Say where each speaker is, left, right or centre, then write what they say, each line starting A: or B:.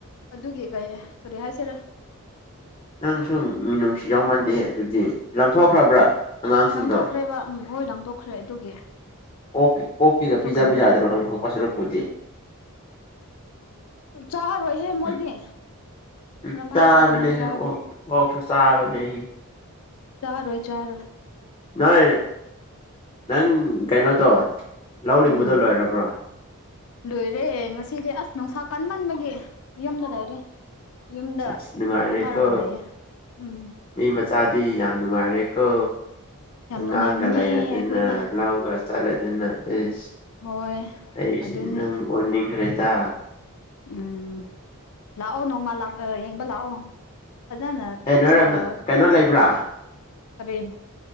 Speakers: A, on the left; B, on the left.
A: ꯑꯗꯨꯒꯤ ꯀꯩ ꯀꯔꯤ ꯍꯥꯏꯁꯤꯔꯥ
B: ꯅꯪꯁꯨꯨ ꯃꯤꯅꯨꯡꯁꯤ ꯌꯥꯎꯃꯥꯟꯗꯦ ꯑꯗꯨꯗꯤ ꯂꯪꯊꯣꯛꯈ꯭ꯔꯕ꯭ꯔꯥ ꯑꯉꯥꯡꯁꯤꯡꯗꯣ
A: ꯂꯪꯊꯣꯛꯈ꯭ꯔꯦꯕ ꯎꯝ ꯍꯣꯏ ꯂꯪꯊꯣꯛꯈ꯭ꯔꯦ ꯑꯗꯨꯒꯤ
B: ꯑꯣꯀꯦ ꯑꯣꯀꯤꯒ
A: ꯂꯪꯊꯣꯛꯈ꯭ꯔꯕꯅꯦ
B: ꯄꯤꯖꯥꯕ ꯌꯥꯗꯔꯣ ꯂꯛꯊꯣꯛꯄ ꯁꯤꯔꯨꯛꯄꯨꯗꯤ
A: ꯆꯥꯔꫭꯏ ꯆꯔꯣꯢꯍꯦ ꯃꯣꯏꯗꯤ
B: ꯎꯝ ꯎꯝ
A: ꯀꯔꯝꯍꯥꯢꯅ
B: ꯆꯥꯕꯅꯦꯍꯦ
A: ꯆꯥꯅꯤ ꯆꯥꯔꯣꯢ
B: ꯑꯣꯛ ꯑꯣꯛꯁꯨ ꯆꯥꯕꯅꯦ
A: ꯆꯔꯣꯢ ꯆꯔꯣꯢ
B: ꯅꯣꯏ ꯅꯪ ꯀꯩꯅꯣꯗꯣ ꯂꯧꯅꯤꯡꯕꯗꯣ
A: ꯎꯝ
B: ꯂꯣꯏꯔꯕ꯭ꯔꯣ
A: ꯂꯣꯏꯔꯦ ꯉꯁꯤꯗꯤ ꯑꯁ ꯅꯨꯡꯁꯥ ꯀꯟꯃꯟꯕꯒꯤ ꯌꯨꯝꯗ ꯂꯩꯔꯦ ꯌꯨꯝꯗ
B: ꯑꯁ ꯑꯁ ꯅꯨꯡꯉꯥꯏꯔꯦꯀꯣ
A: ꯄꯣꯊꯔꯒ ꯂꯩꯌꯦ ꯎꯝ
B: ꯃꯤ ꯃꯆꯥꯗꯤ ꯌꯥꯝ ꯅꯨꯡꯉꯥꯏꯔꯦ ꯀꯣ
A: ꯌꯥꯝ
B: ꯑꯉꯥꯡꯒ
A: ꯅꯨꯡꯉꯥꯏꯕꯅꯦ
B: ꯂꯩꯔꯗꯅ
A: ꯑꯩꯈꯣꯏꯗꯤ
B: ꯂꯧꯒ ꯆꯠꯂꯁꯤꯅ ꯢꯁ
A: ꯍꯣꯏ
B: ꯑꯩꯁꯨ
A: ꯑꯗꯨꯅꯦ
B: ꯅꯪ ꯑꯣꯟꯅꯤꯡꯈ꯭ꯔꯦꯗ
A: ꯎꯝ ꯂꯥꯛꯑꯣ ꯅꯣꯡꯃ ꯌꯦꯡꯕ ꯂꯥꯛꯑꯣ ꯐꯖꯅ
B: ꯑꯦ ꯅꯣꯏꯔꯝ
A: ꯁ
B: ꯀꯩꯅꯣ ꯂꯩꯕ꯭ꯔꯥ
A: ꯀꯔꯤ